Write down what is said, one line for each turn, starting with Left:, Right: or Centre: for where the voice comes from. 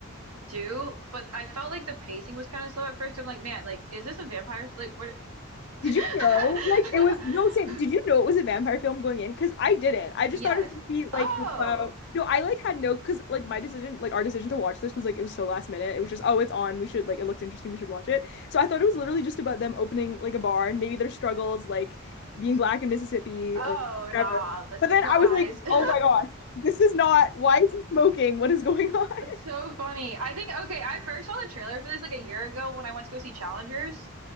Right: do, but I felt like the pacing was kind of slow at first. I'm like, man, like, is this a vampire? Like, what?
Left: Did
Right: <laughs>
Left: you know? Like it was no same. Did you know it was a vampire film going in? Because I didn't. I just
Right: Yes.
Left: thought it was gonna be like
Right: Oh,
Left: about no, I like had no because like my decision, like our decision to watch this was like it was so last minute. It was just, oh, it's on. We should like it looks interesting, we should watch it. So I thought it was literally just about them opening like a bar and maybe their struggles, like being black in Mississippi
Right: oh,
Left: or whatever.
Right: nah, the surprise.
Left: But then I was like,
Right: <laughs>
Left: oh my gosh, this is not why is he smoking? What is going on?
Right: That's
Left: <laughs>
Right: so funny. I think okay, I first saw the trailer for this like a year ago when I went to go see Challengers.